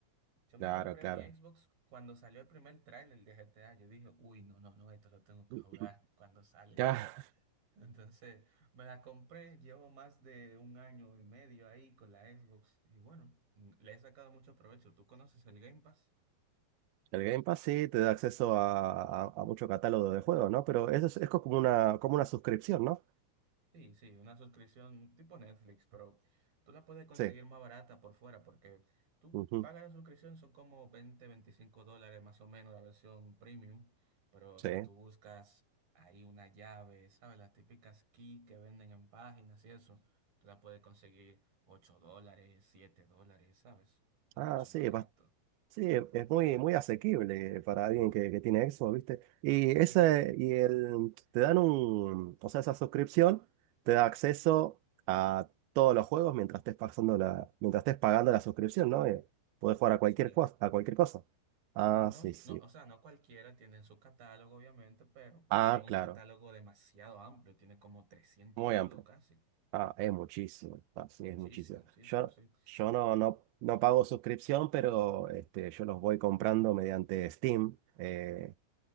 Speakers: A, on the right; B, on the right.
A: Yo me
B: Claro,
A: compré
B: claro.
A: mi Xbox cuando salió el primer tráiler de GTA. Yo dije, uy, no, no, no, esto lo tengo que
B: <clears throat>
A: jugar cuando salga.
B: Ya,
A: Entonces, me la compré, llevo más de un año y medio ahí con la Xbox. Y bueno, mm, le he sacado mucho provecho. ¿Tú conoces el Game Pass?
B: el Game Pass sí te da acceso a, a- a mucho catálogo de juegos, ¿no? Pero eso es, es como una, como una suscripción, ¿no?
A: Sí, sí, una suscripción tipo Netflix, pero tú la puedes conseguir
B: Sí.
A: más barata por fuera porque tú
B: Ujú.
A: pagas la suscripción, son como 20, 25 dólares más o menos la versión premium, pero
B: Sí.
A: si tú buscas ahí una llave, ¿sabes? Las típicas key que venden en páginas y eso, tú la puedes conseguir 8 dólares, 7 dólares, ¿sabes? Mucho
B: Ah, sí,
A: más barato.
B: bas- sí, es muy, muy asequible para alguien que, que tiene Xbox, ¿viste? Y ese,
A: Ujú.
B: y el, te dan un, o sea, esa suscripción te da acceso a todos los juegos mientras estés pasando la, mientras estés pagando la suscripción, ¿no? Eh, Podés jugar a cualquier
A: Sí.
B: cosa, a cualquier cosa. Ah,
A: No,
B: sí, sí.
A: no, o sea, no cualquiera tiene en su catálogo, obviamente, pero
B: Ah,
A: es un
B: claro.
A: catálogo demasiado amplio, tiene como trescientos
B: Muy
A: juegos
B: amplio.
A: casi.
B: Ah, es muchísimo. Ah, sí, es
A: Muchísimo,
B: muchísimo.
A: muchísimo,
B: Yo,
A: sí.
B: yo no, no, no pago suscripción, pero este, yo los voy comprando mediante Steam. eh,